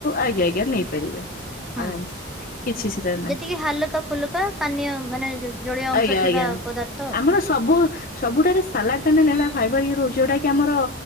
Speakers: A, on the left; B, in the centre.
A: ଆଜ୍ଞା ଆଜ୍ଞା ନେଇପାରିବେ
B: ହୁଁ
A: ଆରାମସେ। କିଛି ସେଟା
B: ଯେତିକି ହାଲୁକା ଫୁଲୁକା ପାନୀୟ ମାନେ ଜଳୀୟ ଅଂଶ
A: ଆଜ୍ଞା
B: ଥିବା
A: ଆଜ୍ଞା
B: ପଦାର୍ଥ। ଆଉ।
A: ଆମର ସବୁ ସବୁଠାରୁ ସାଲାଡ ଟାନେ ଲେଳା ଫାଇବର ଇ ରହୁଛି ଯୋଉଟା କି ଆମର